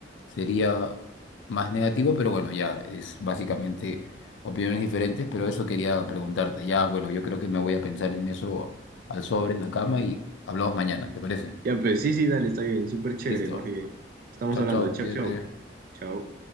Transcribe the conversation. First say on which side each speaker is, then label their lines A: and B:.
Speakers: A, on the left; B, on the right.
A: sería más negativo, pero bueno, ya es básicamente opiniones diferentes, pero eso quería preguntarte. Ya, bueno, yo creo que me voy a pensar en eso al sobre, en la cama y hablamos mañana, ¿te parece?
B: Ya, pues sí, sí, dale, está bien, súper chévere,
A: Listo.
B: más bien. Estamos
A: Chao,
B: hablando,
A: chao,
B: chao,
A: cuídate.
B: chao, chao.